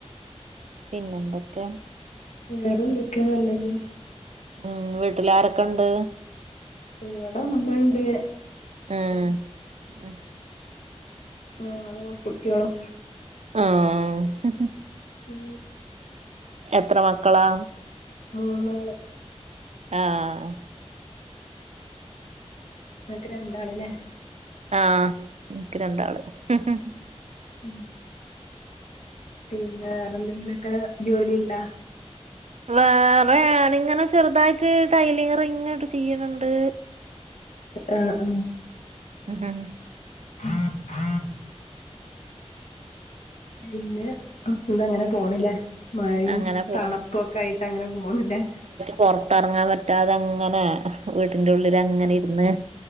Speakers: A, on the right; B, on the left.
A: പിന്നെന്തൊക്കെ
B: വേറെന്തൊക്കെ നല്ലത് തന്നെ
A: ഉം വീട്ടിൽ ആരൊക്കെ ഉണ്ട്?
B: ഇവിട അമ്മേണ്ട്
A: ആഹ് ഉം
B: ഉം ഞാനും കുട്വേളും
A: ആഹ്
B: ഉം
A: എത്ര മക്കളാ
B: മൂന്നാള്
A: ആ
B: ങ്ങക്ക് രണ്ടാള്ല്ലേ
A: ആഹ് ഇൻക്ക് രണ്ടാള് ഹ് ഹ്
B: ഉം പിന്നെ വേറെന്തെങ്കിലൊക്കെ ജോലിണ്ട
A: വേറെ ഞാനിങ്ങനെ ചെറുതായിട്ട് ടൈലിറിങ്ങട്ട് ചെയ്യണണ്ട്
B: ആഹ് ആഹ്
A: ഉം ഉം
B: <unintelligible> പിന്നെ എന്തങ്ങനെ പോണില്ലേ മഴയും
A: അങ്ങനെ പോണ്
B: തണുപ്പൊക്കായിട്ട് അങ്ങനെ പോണില്ലേ
A: പൊർത്തർങ്ങാൻ പറ്റാതെങ്ങനെ വീട്ടിൻ്റെ ഉള്ളിലങ്ങനെ ഇരുന്ന്